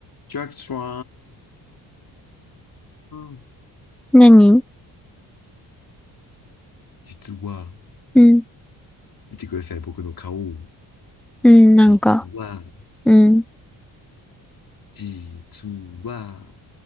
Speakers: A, on the left; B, in the centre.
A: ジャック・スワン。
B: 何
A: 実は、
B: うん、
A: 見てください、僕の顔。
B: うん、なんか、
A: 実は、
B: うん、
A: 実は、